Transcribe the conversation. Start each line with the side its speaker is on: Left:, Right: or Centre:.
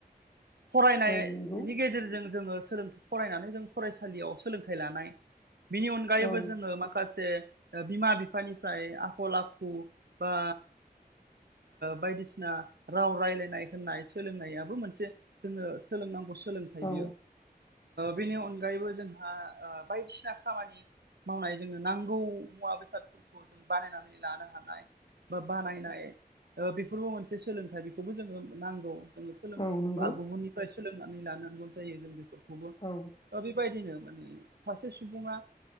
Right: फरायनायनि
Left: औ औ नंगौ
Right: गेजेरजों जोङो फरायनानै जों फरायसालियाव सोलोंथाइ लानाय बिनि अनगायैबो
Left: औ
Right: जोङो माखासे बिमा बिफानिफ्राय आखल आखु बा बायदिसिना राव रायज्लायनाय होननाय सोलोंनायाबो मोनसे जोङो सोलोंनांगौ सोलोंथाइ
Left: औ
Right: बियो बेनि अनगायै अनगायबो जोंहा बायदिसिना खामानि मावनाय जोंनो नांगौ मुवा बेसादफोरखौ जों बानायनानै लानो हानाय बा बानायनाय बेफोरबो मोनसे सोलोंथाइ बेखौबो जोङो नांगौ जो
Left: औ नंगौ
Right: गुबुननिफ्राय सोलोंनानै लानांगौ जायो जों बेफोरखौबो
Left: औ
Right: दा बेबायदिनो माने सासे सुबुङा